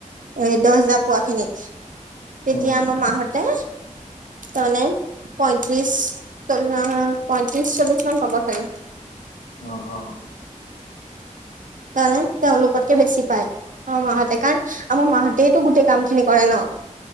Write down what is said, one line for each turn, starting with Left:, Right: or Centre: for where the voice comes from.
Right: এই দহ হেজাৰ পোৱা খিনিক তেতিয়া
Left: উম
Right: আমাৰ মাহতে তনে পইয়ত্ৰিশ চল্লিশ পইয়ত্ৰিশ চল্লিশ মান হ'ব। ছাগে।
Left: অৱ অৱ।
Right: তাৰমানে তেওঁলোকতকৈ বেছি পায় আমাৰ মাহঁতে কাৰণ আমাৰ মাহঁতেইতো গোটেই কাম খিনি কৰে ন।